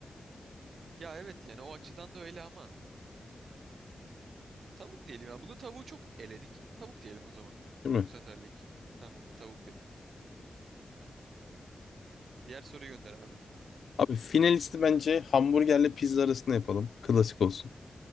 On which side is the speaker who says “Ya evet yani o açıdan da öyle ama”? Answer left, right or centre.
Right